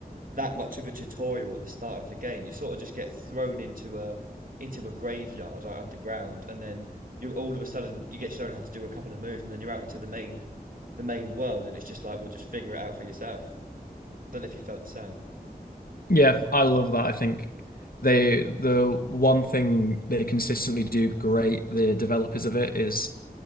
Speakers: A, on the right; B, on the left.
A: that much of a tutorial at the start of the game. You sort of just get thrown into a into a graveyard like underground, and then you all of a sudden you get shown how to do a couple of moves, and then you're out into the main the main world, and it's just like, well, just figure it out for yourself. I don't know if you felt the same.
B: Yeah, I love that. I think they the one thing they consistently do great, the developers of it, is